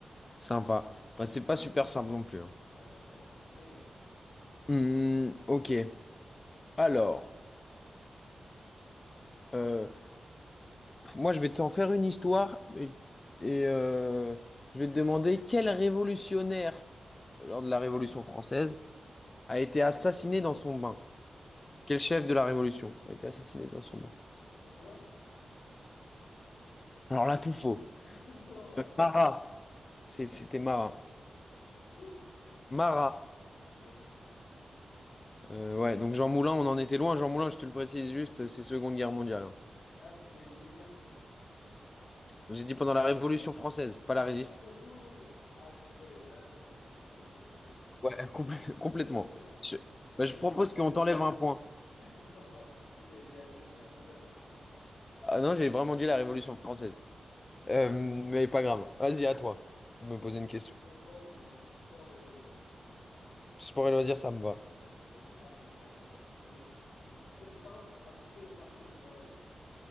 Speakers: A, on the left; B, on the left.
A: sympa. Enfin, c'est pas super simple non plus. hein.
B: Non, ça, c'est dur. Mais bon.
A: Hmm, ok. Alors, euh, moi je vais t'en faire une histoire et, et, euh, je vais te demander quel révolutionnaire lors de la Révolution française a été assassiné dans son bain? Quel chef de la Révolution a été assassiné dans son bain?
B: Jean Moulin?
A: Alors là, tout faux.
B: <laughs> Non!
A: Marat. C'est- C'était Marat.
B: C'est qui?
A: Marat.
B: Ok.
A: Euh, ouais, donc Jean Moulin, on en était loin. Jean Moulin, je te le précise juste, c'est Seconde Guerre mondiale. hein.
B: Ah, parce que t'as dit quelle guerre, toi?
A: J'ai dit pendant la Révolution française, pas
B: Ah,
A: la
B: je
A: Résistance.
B: suis un ouf! Ah, je suis désolé. Là, <laughs> je me suis complètement trompé.
A: Ouais, complè- <laughs> complètement.
B: <laughs> Non, merde.
A: Je,
B: Je crois
A: bah, je
B: que
A: propose
B: t'avais dit la
A: qu'on
B: deux-
A: t'enlève un point.
B: <laughs> Non, non, je crois que t'avais dit la Deuxième Guerre mondiale, c'est pour ça.
A: Ah non, j'ai vraiment dit la Révolution française. Euh, mais pas grave. Vas-y, à toi de me poser
B: Vas-y,
A: une question.
B: qu'est-ce qu'on pense de sport et loisirs?
A: Sport et loisirs, ça me va.
B: Vas-y, bah, je t'ai fait art et littérature. Ok, donc quel peintre a coupé une partie de son oreille?